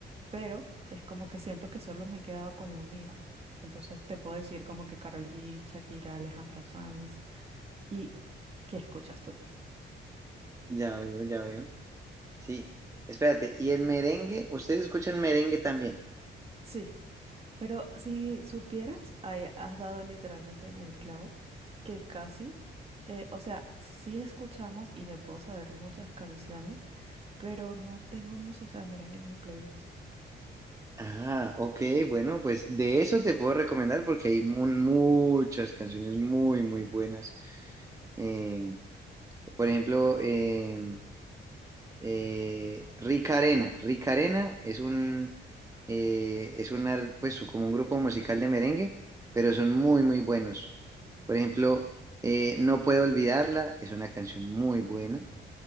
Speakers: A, on the right; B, on the right.
A: pero es como que siento que solo me he quedado con lo mío. Entonces te puedo decir como que Karol G, Shakira, Alejandro Sanz, ¿Y qué escuchas tú?
B: Ya veo, ya veo. Sí, espérate, ¿y el merengue? ¿Ustedes escuchan merengue también?
A: Sí, pero si supieras, ahí has dado literalmente en el clavo que casi, eh, o sea, sí escuchamos y me puedo saber muchas canciones, pero no tengo música de merengue en mi playlist.
B: Ah, ok, bueno, pues de eso te puedo recomendar porque hay mu- muchas canciones muy, muy buenas. Eh, por ejemplo, eh, eh, Rica Arena. Rica Arena es un, eh, es una, pues como un grupo musical de merengue, pero son muy, muy buenos. Por ejemplo, eh, No Puedo Olvidarla es una canción muy buena.